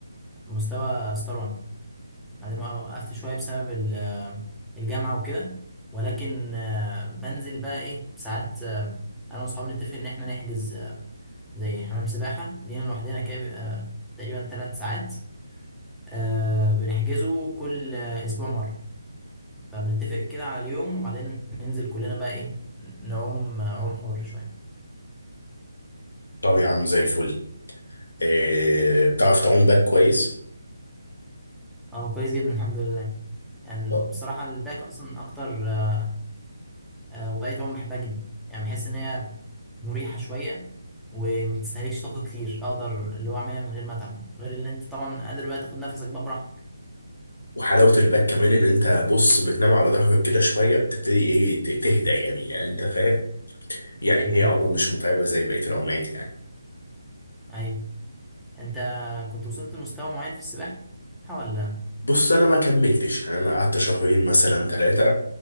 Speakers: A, in the centre; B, on the left (about 75°).
A: مستوى ستار 1 بعدين وقفت شوية بسبب ال- الجامعة وكده ولكن آه، بنزل بقى ايه ساعات آه، انا واصحابي نتفق ان احنا نحجز آه، زي حمام سباحة لينا لوحدنا كده بيبقى تقريبا ثلاث ساعات آه، بنحجزه كل آه، اسبوع مرة فبنتفق كده على اليوم وبعدين ننزل كلنا بقى ايه نعوم آه، عوم حر شوية
B: طب يا عم زي الفل آه، بتعرف تعوم باك كويس
A: اه كويس جدا الحمد لله يعني
B: لا.
A: بصراحة الباك اصلا اكتر آه، آه، وبقيت عموما بحبها جدا يعني بحس ان هي مريحه شويه وما بتستهلكش طاقه كتير اقدر اللي هو اعملها من غير ما اتعب غير اللي انت طبعا قادر بقى تاخد نفسك بقى براحتك
B: وحلاوة الباك كمان إن أنت بص بتنام على ظهرك كده شوية بتبتدي إيه ت- تهدى يعني, يعني أنت فاهم يعني
A: ايوه
B: هي
A: ايوه
B: عومة مش متعبة زي بقية العومات يعني
A: ايوه انت كنت وصلت لمستوى معين في السباحه ولا
B: بص انا ما كملتش يعني انا قعدت شهرين مثلا ثلاثه